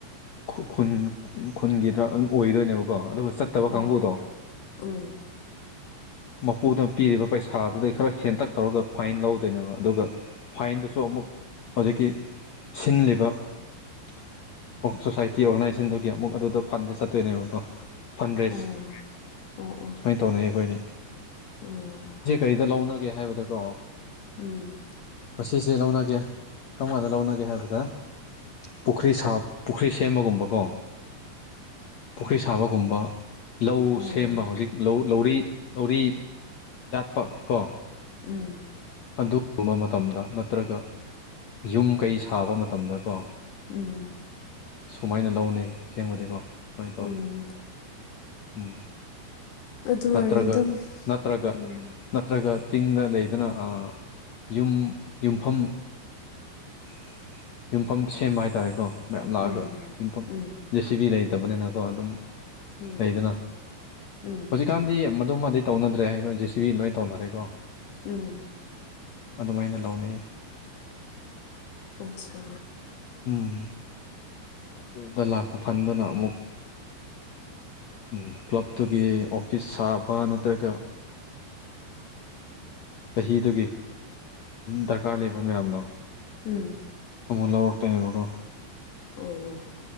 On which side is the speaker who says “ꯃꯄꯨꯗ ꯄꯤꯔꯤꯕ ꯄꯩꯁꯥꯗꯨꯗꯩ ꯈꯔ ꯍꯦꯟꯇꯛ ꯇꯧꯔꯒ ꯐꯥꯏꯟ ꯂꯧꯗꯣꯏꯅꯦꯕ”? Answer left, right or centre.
Left